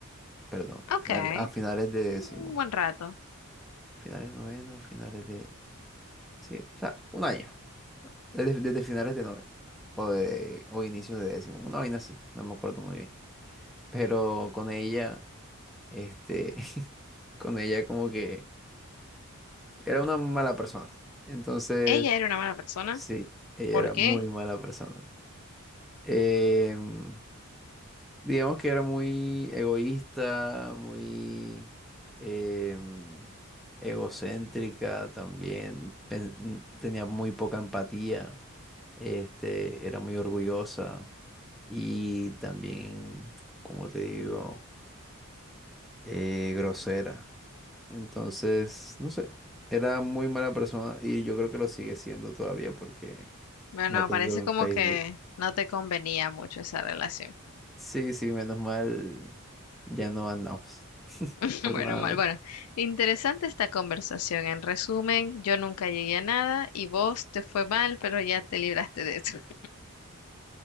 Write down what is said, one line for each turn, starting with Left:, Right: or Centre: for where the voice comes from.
Centre: perdón, final-
Left: Ok,
Centre: a finales de décimo.
Left: un un buen rato.
Centre: Finales de noveno, finales de... Sí, o sea, un año, desde, desde finales de noveno o, de, o inicios de décimo, una vaina así, no me acuerdo muy bien. Pero con ella, este, <laughs> con ella como que era una mala persona. Entonces
Left: Ella era una mala persona.
Centre: Sí, ella
Left: ¿Por
Centre: era
Left: qué?
Centre: muy mala persona. Em, digamos que era muy egoísta, muy em, egocéntrica también. pen- tenía muy poca empatía. Este, era muy orgullosa y también, como te digo, eh, grosera. Entonces, no sé, era muy mala persona y yo creo que lo sigue siendo todavía porque
Left: Bueno,
Centre: la tengo
Left: parece
Centre: en
Left: como
Centre: Facebook.
Left: que no te convenía mucho esa relación.
Centre: Sí, sí, menos mal ya no andamos,
Left: <laughs>
Centre: afortunadamente.
Left: Bueno, mal. Bueno, interesante esta conversación. En resumen, yo nunca llegué a nada y vos te fue mal, pero ya te libraste de eso. <laughs>